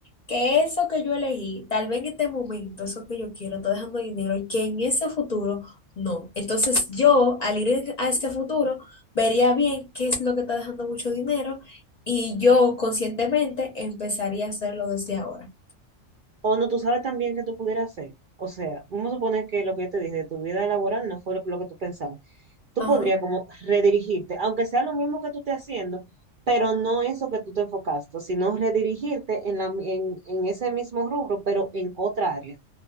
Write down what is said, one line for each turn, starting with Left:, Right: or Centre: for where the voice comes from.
Left: que eso que yo elegí, tal vez en este momento, eso que yo quiero, está dejando dinero y que en ese futuro no. Entonces yo, al ir en- a ese futuro, vería bien qué es lo que está dejando mucho dinero y yo conscientemente empezaría a hacerlo desde ahora.
Right: O no, tú sabes también que tú pudieras hacer, O sea, vamos a suponer que lo que yo te dije de tu vida laboral no fue lo, lo que tú pensabas. tú
Left: Ajá.
Right: podrías como redirigirte, aunque sea lo mismo que tú estés haciendo, pero no eso que tú te enfocaste, sino redirigirte en, la, en, en ese mismo rubro, pero en otra área.